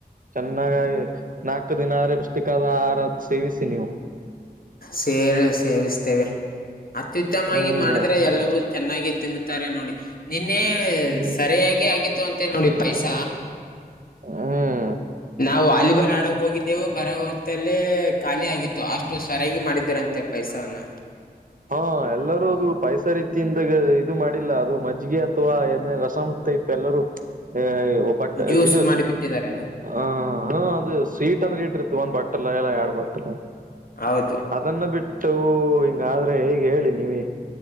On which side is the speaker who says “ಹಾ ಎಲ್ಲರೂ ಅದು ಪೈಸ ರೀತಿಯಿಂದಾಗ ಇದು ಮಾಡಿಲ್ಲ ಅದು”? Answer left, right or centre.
Right